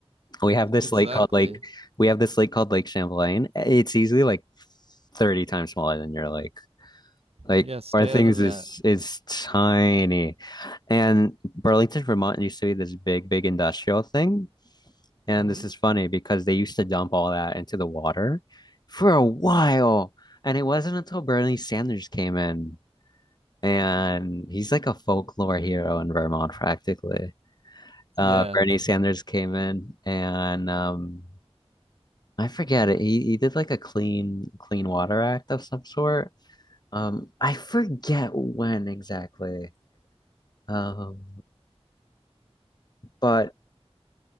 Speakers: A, on the left; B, on the right.
A: We have this
B: Exactly.
A: lake called Lake, we have this lake called Lake Champlain. It's easily like 30 times smaller than your lake. Like
B: Yeah, stay
A: our things
B: out of that.
A: is is tiny. And Burlington, Vermont used to be this big, big industrial thing. And
B: Mm-hmm.
A: this is funny because they used to dump all that into the water for a while. And it wasn't until Bernie Sanders came in and he's like a folklore hero in Vermont practically. Uh,
B: Yeah.
A: Bernie Sanders came in and um, I forget it. He he did like a clean clean water act of some sort. Um, I forget when exactly. Um, but